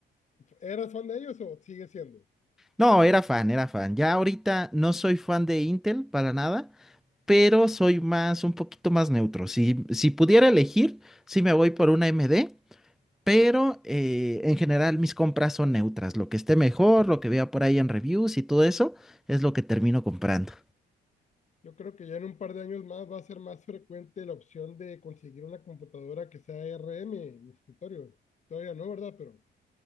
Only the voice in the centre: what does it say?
No, era fan, era fan. Ya ahorita no soy fan de Intel para nada, pero soy más, un poquito más neutro. Si, si pudiera elegir, sí me voy por una AMD, pero eh, en general mis compras son neutras. Lo que esté mejor, lo que vea por ahí en reviews y todo eso, es lo que termino comprando.